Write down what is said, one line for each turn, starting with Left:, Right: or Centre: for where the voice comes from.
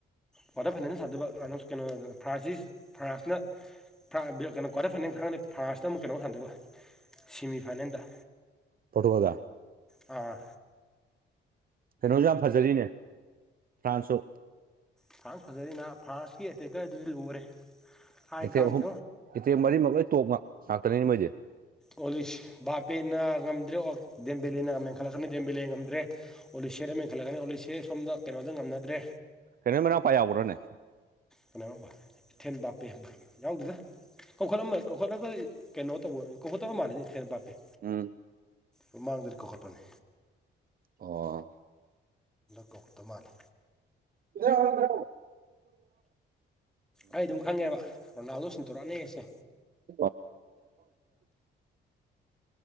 Centre: ꯀ꯭ꯋꯥꯇꯔ ꯐꯥꯏꯅꯦꯜꯅ ꯁꯥꯥꯟꯗꯕ ꯔꯟ ꯑꯣꯐ ꯀꯩꯅꯣ ꯐ꯭ꯔꯥꯟꯁꯤꯁ ꯐ꯭ꯔꯥꯟꯁꯅ ꯀꯩꯅꯣ ꯀ꯭ꯋꯥꯔꯇꯔ ꯐꯥꯏꯅꯦꯜ ꯈꯪꯉꯗꯤ ꯐ꯭ꯔꯥꯟꯁꯇ ꯑꯃꯨꯛ ꯀꯩꯅꯣꯝꯛ ꯍꯟꯊꯕ ꯁꯦꯃꯤꯐꯥꯏꯅꯦꯜꯗ
Right: ꯄꯨꯠꯇꯀꯒ
Centre: ꯑꯥ
Right: ꯀꯩꯅꯣꯁꯨ ꯌꯥꯝ ꯐꯖꯔꯤꯅꯦ ꯐ꯭ꯔꯥꯟꯁꯁꯨ
Centre: ꯐ꯭ꯔꯥꯟꯁ ꯐꯖꯔꯤꯅ ꯐ꯭ꯔꯥꯟꯁꯀꯤ ꯑꯦꯇꯦꯛꯀꯔꯗꯨꯗꯤ ꯂꯣꯏꯔꯦ ꯍꯥꯏ
Right: ꯏꯊꯦ
Centre: ꯀꯥꯟꯗꯦ
Right: ꯑꯍꯨꯝ ꯏꯊꯦ ꯃꯔꯤꯃꯛ ꯂꯣꯏ ꯇꯣꯛ ꯉꯥꯛꯇꯅꯤꯅꯤ ꯃꯣꯏꯗꯤ
Centre: ꯑꯣꯂꯤꯁ ꯞ ꯅꯥ ꯉꯝꯗ꯭ꯔꯦ ꯑꯣ ꯗꯦꯝꯕꯤꯂꯤꯦꯅꯥ ꯃꯦꯟꯈꯠꯂꯛꯀꯅꯤ ꯗꯦꯝꯕꯤꯂꯦ ꯉꯝꯗ꯭ꯔꯦ ꯑꯣꯂꯤꯁꯦꯗ ꯃꯦꯟꯈꯠꯂꯛꯀꯅꯤ ꯑꯣꯂꯤꯁꯦ ꯁꯣꯝꯗ ꯀꯩꯅꯣꯗ ꯉꯝꯅꯗ꯭ꯔꯦ
Right: ꯀꯩꯅ ꯃꯎ ꯄꯩꯒꯨꯔ꯭ꯔꯅꯦ
Centre: ꯀꯅꯥꯣꯕ ꯏꯊꯦꯟ ꯕꯥꯄꯦꯟꯕ ꯌꯥꯎꯗꯗ ꯀꯧꯈꯠꯂꯝꯃ ꯀꯧꯈꯠꯂꯒ ꯀꯩꯅꯣ ꯇꯧꯕ ꯀꯧꯈꯠꯇꯕ ꯃꯥꯜꯂꯦ ꯍꯦꯟꯅ ꯄꯥꯞꯄꯤꯦ
Right: ꯎ
Centre: ꯃ ꯃꯥꯡꯗꯗꯤ ꯀꯣꯛꯈꯠꯄꯅꯤ
Right: ꯑꯣ
Centre: ꯀꯧꯗ ꯃꯥꯅꯤ
Right: ꯏꯗꯦ ꯑꯣꯏꯣꯔꯣ
Centre: ꯑꯩ ꯑꯗꯨꯝ ꯈꯪꯉꯦꯕ ꯔꯣꯅꯥꯜꯗꯣ ꯁꯤꯟꯇꯣꯔꯛꯑꯅꯦ ꯑꯩꯁꯦ
Right: <inaudible>